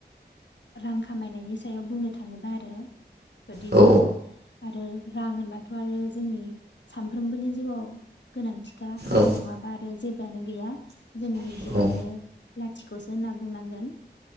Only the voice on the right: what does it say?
औ
औ
औ